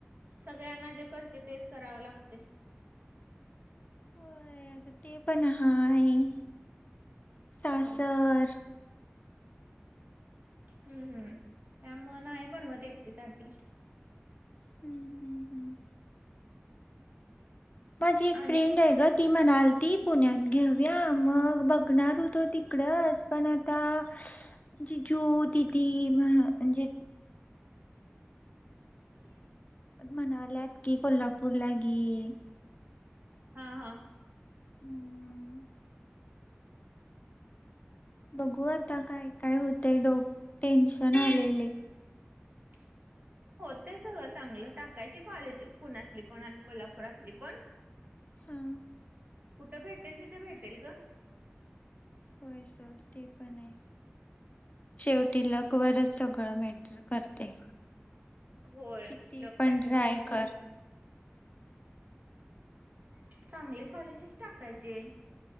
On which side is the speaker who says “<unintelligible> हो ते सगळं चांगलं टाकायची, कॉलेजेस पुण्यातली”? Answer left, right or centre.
Right